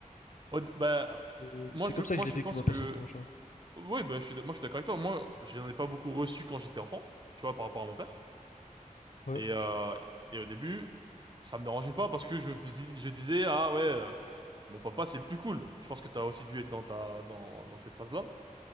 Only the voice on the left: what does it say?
Et
C'est
comme ça
que je
l'ai vécu,
moi,
personnellement, tu vois.
Ouais.